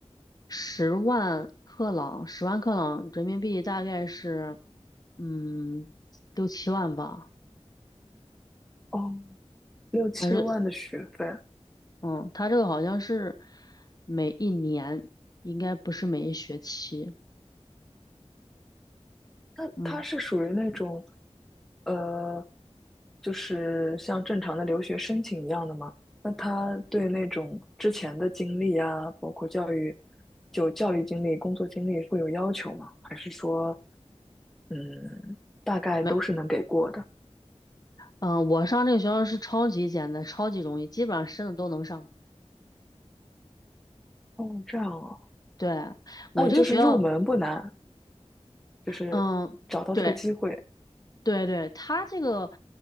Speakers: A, on the left; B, in the centre.
A: 十万克朗，十万克朗人民币大概是嗯六七万吧，
B: 哦，六七万的学费，
A: 但是嗯，他这个好像是每一年，应该不是每一学期，
B: 那他是属于那种，
A: 嗯，
B: 呃，就是像正常的留学申请一样的吗？那他对那种之前的经历啊，包括教育，就教育经历、工作经历会有要求吗？还是说，嗯，大概都是能给过的？
A: 没，嗯，我上这个学校是超级简单，超级容易，基本上申的都能上。
B: 哦，这样啊，
A: 对，我这个学校，
B: 那也就是入门不难，就是找到这个机会，
A: 嗯，对对对，他这个